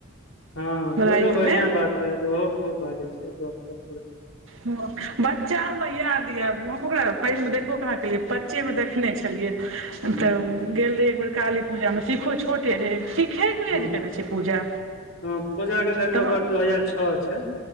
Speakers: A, on the left; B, on the right.
A: हँ पुजो
B: रातिमे
A: बढ़ियां बात करत ओहो खूब बाजै छै गपसब
B: ब बच्चाम याद यऽ हम ओकरा पैघ मे देखबो कहा केलियै बच्चेमे देखने छलियै
A: हूँ
B: तऽ गेल रहि एकबेर काली पूजामे सिखो छोटे रहै सिखे सिखने
A: हूँ
B: एज केने छै पूजा
A: हँ पूजा के डेट
B: त
A: ऑफ बर्थ दू हजार छ छै